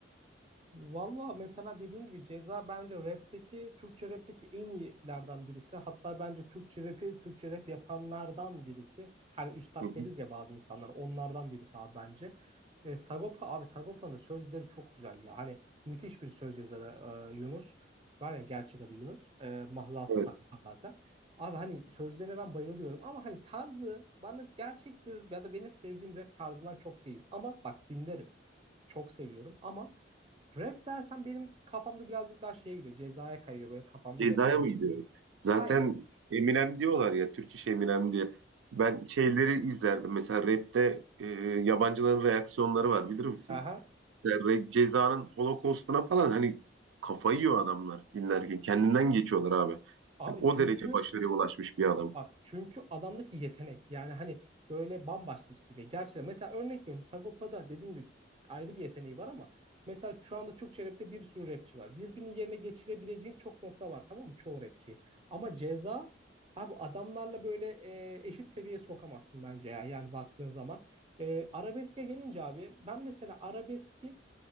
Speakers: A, on the right (about 30°); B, on the right (about 80°).
A: Valla mesela dediğin gibi Ceza bence rapteki, Türkçe rapteki en iyilerden birisi. Hatta bence Türkçe rapi, Türkçe rap yapanlardan birisi. Hani üstad
B: Hı hı.
A: deriz ya bazı insanlar, onlardan birisi abi bence. E, Sagopa abi Sagopa'nın da sözleri çok güzel ya. Hani müthiş bir söz yazarı e, Yunus. Var ya gerçek adı Yunus. E, mahlası
B: Evet.
A: Sagopa zaten. Abi hani sözlerine ben bayılıyorum ama hani tarzı bana gerçek bir ya da benim sevdiğim rap tarzından çok değil. Ama bak dinlerim. Çok seviyorum ama rap dersen benim kafamda birazcık daha şeye gidiyor. Cezaya kayıyor böyle kafam
B: Ceza'ya
A: böyle.
B: mı gidiyor? Zaten
A: Aynen.
B: Eminem diyorlar ya, Türk iş Eminem diye. Ben şeyleri izlerdim. Mesela rapte e, yabancıların reaksiyonları var bilir misin?
A: Aha.
B: Mesela Re- Ceza'nın Holocaust'una falan hani kafayı yiyor adamlar dinlerken. Kendinden geçiyorlar abi.
A: Abi
B: Hani o
A: çünkü
B: derece başarıya ulaşmış bir adam.
A: Bak çünkü adamdaki yetenek yani hani böyle bambaşka bir seviye. Gerçekten mesela örnek veriyorum Sagopa'da dediğim gibi ayrı bir yeteneği var ama mesela şu anda Türkçe rapte bir sürü rapçi var. Birbirinin yerine geçirebileceğin çok nokta var tamam mı çoğu rapçi. Ama ceza abi adamlarla böyle e, eşit seviyeye sokamazsın bence ya yani baktığın zaman. E, arabeske gelince abi ben mesela arabeski